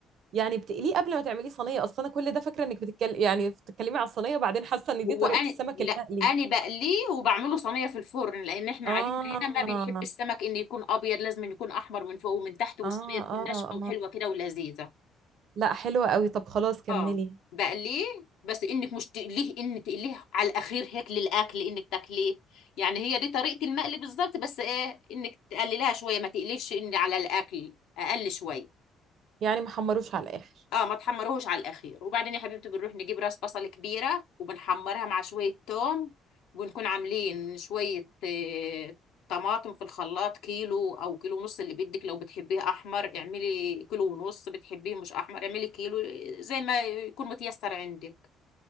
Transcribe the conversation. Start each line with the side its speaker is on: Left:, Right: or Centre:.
Right: يعني بتقليه قبل ما تعمليه صينية اصلا انا كل ده فاكرة انك بتتكلم يعني بتتكلمي على الصينية وبعدين حاسة ان
Left: هو
Right: دي طريقة
Left: انا
Right: السمك
Left: لا
Right: المقلي
Left: انا بقليه وبعمله صينيه في الفرن لان احنا
Right: اه
Left: عائلتنا هنا ما بيحب
Right: اه
Left: السمك ان يكون ابيض لازم إن يكون احمر من فوق ومن تحت والصينيه
Right: اه
Left: تكون
Right: اه
Left: ناشفه وحلوه كده ولذيذه
Right: لا حلوة قوي طب خلاص كملي
Left: اه بقليه بس انك مش تقليه ان تقليه على الاخير هيك للاكل انك تاكليه يعني هي دي طريقه المقلي بالظبط بس ايه انك تقللها شويه ما تقليش ان على الاكل اقل شويه
Right: يعني محمروش على الاخر
Left: اه ما تحمروهوش على الاخير وبعدين يا حبيبتي بنروح نجيب راس بصل كبيره وبنحمرها مع شويه توم وبنكون عاملين شويه آه، طماطم في الخلاط كيلو او كيلو ونص اللي بدك لو بتحبيه احمر اعملي كيلو ونص بتحبيه مش احمر اعملي كيلو زي ما يكون متيسر عندك